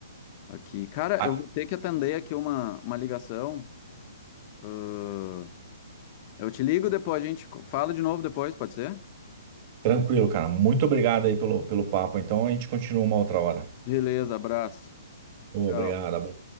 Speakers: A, on the left (about 30°); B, on the right (about 30°).
A: Aqui. Cara,
B: Ah,
A: eu vou ter que atender aqui uma, uma ligação. Ahn, eu te ligo depois, a gente fala de novo depois, pode ser?
B: tranquilo, cara. Muito obrigado aí pelo, pelo papo. Então a gente continua uma outra hora.
A: Beleza, abraço.
B: Obrigado.
A: Tchau.